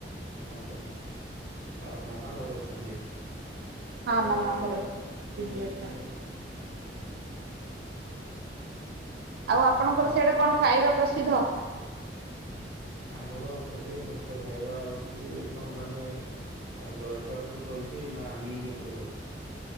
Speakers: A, on the right; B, on the right.
A: ଆଚ୍ଛା ଆଚ୍ଛା ଆଉ ମାମା ଘରେ ଅଛନ୍ତି?
B: ହଁ ମାମା ଘର ଅଛନ୍ତି ବିିଜି ଅଛନ୍ତି।
A: <unintelligible>
B: ଆଉ ଆପଣଙ୍କର
A: ଆଉ
B: ସେଆଡ଼େ କଣ ଖାଇବା ପ୍ରସିଦ୍ଧ?
A: ଆମର ଏପଟେ ମୁଖ୍ୟ ଖାଇବା ହଉଛି କଣ ମାନେ ଜଳଖିଆ ଉପରେ କହିବି ନା ମିଲ୍ ଉପରେ କହିବି।